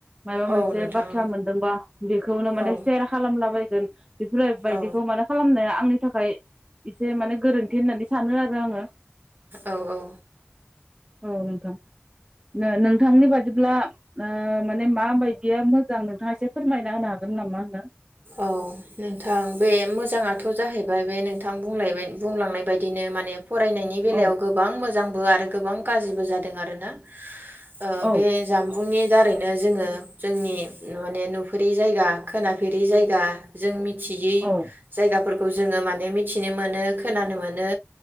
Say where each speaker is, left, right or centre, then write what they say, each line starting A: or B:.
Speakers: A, on the right; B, on the right.
A: माबा मोनसे
B: औ नोंथां
A: बाथ्रा मोनदोंबा बेखौनो माने
B: औ
A: सेयार खालामलाबायगोन बेफोरो बायदि
B: औ
A: <unintelligible> थाखाय एसे माने गोरोन्थि होननानै सानो आरो आङो
B: औ औ
A: औ नोंथां ओ नोंथांनि बादिब्ला ओ माने माबायदिया मोजां नोंथाङा एसे फोरमायना होनो हागोन नामा नोंथां
B: औ नोंथां बे मोजाङाथ' जाहैबाय <unintelligible> बेबायदिनो माने फरायनायनि बेलायाव
A: औ
B: गोबां मोजां बो आरो गोबां गाज्रिबो जादों आरोना ओ
A: औ
B: बे जामबुंनि दारैनो जोङो जोंनि माने नुफेरि जायगा खोनाफेर जायगा जों रियै
A: औ
B: जायगाफोरखौ खौ जोङो माने मिथिनो मोनो खोनानो मोनो